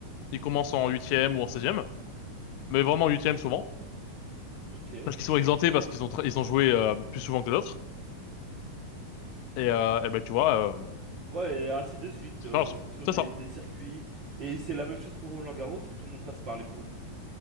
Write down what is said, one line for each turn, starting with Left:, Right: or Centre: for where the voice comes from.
Left: ils commencent en huitième ou en seizième, mais vraiment en huitième souvent,
Right: ok.
Left: parce qu'ils sont exemptés parce qu'ils ont tra- ils ont joué euh, plus souvent que les autres. Et, euh, eh ben, tu vois, euh,
Right: Ouais, et ainsi de suite,
Left: c'est
Right: euh,
Left: ça.
Right: en fonction des,
Left: C'est ça.
Right: des circuits. Et c'est la même chose pour Roland-Garros où tout le monde passe par les poules.